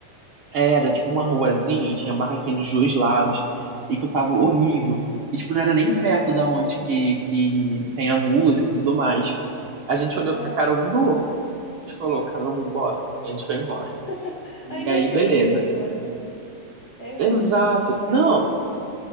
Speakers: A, on the right; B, on the left.
A: era tipo uma ruazinha e tinha barraquinha dos dois lados. E que eu tava horrível. E tipo, não era nem perto da onde que, que tem a música e tudo mais. A gente olhou
B: Aham.
A: pra cara um do outro. A gente falou, cara, vamos embora. A gente foi embora.
B: <laughs>
A: E
B: Ainda
A: aí, beleza.
B: bem que foram embora. É ruim. É
A: Exato.
B: ruim ficar nesses lugares
A: Não.
B: assim.